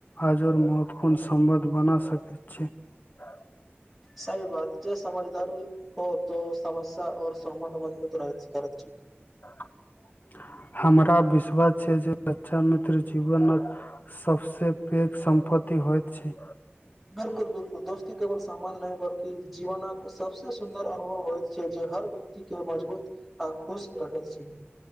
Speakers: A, on the left; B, in the centre.
A: आजो महत्वपूर्ण सम्बन्ध बना सकैत छी। <unintelligible>
B: सही बात जे समझदारी हो तो समस्या औ सम्बन्ध मजबूत -रह करैत छै।
A: <unintelligible> हमरा विश्वास छै जे बच्चा मित्र जीवनक सबसे पैघ सम्पति होइत छै।
B: बिलकुल- बिलकुल दोस्ती केवल समबन्ध नहि बल्कि जीवनक सभसे सुन्दर अनुभव होइत छै जे हर व्यक्तिक के मजबूत आ खुश रखैत छै।